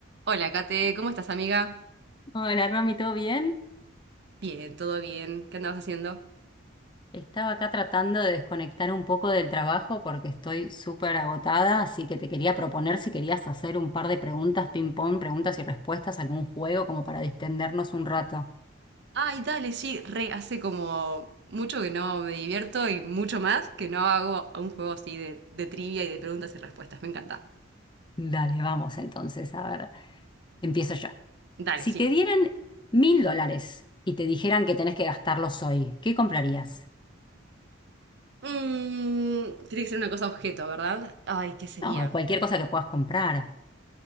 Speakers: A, on the right; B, on the left.
A: Hola, Kate, ¿cómo estás, amiga?
B: Hola, Romy, ¿todo bien?
A: Bien, todo bien. ¿Qué andabas haciendo?
B: Estaba acá tratando de desconectar un poco del trabajo porque estoy súper agotada, así que te quería proponer si querías hacer un par de preguntas ping-pong, preguntas y respuestas, algún juego como para distendernos un rato.
A: Ay, dale, sí, re, hace como mucho que no me divierto y mucho más que no hago un juego así de, de trivia y de preguntas y respuestas. Me encanta.
B: Dale, vamos entonces, a ver, empiezo yo.
A: Dale,
B: Si
A: sí.
B: te dieran mil dólares y te dijeran que tenés que gastarlos hoy, ¿qué comprarías?
A: Mm, tiene que ser una cosa objeto, ¿verdad? Ay, ¿qué sería?
B: No, cualquier cosa que puedas comprar.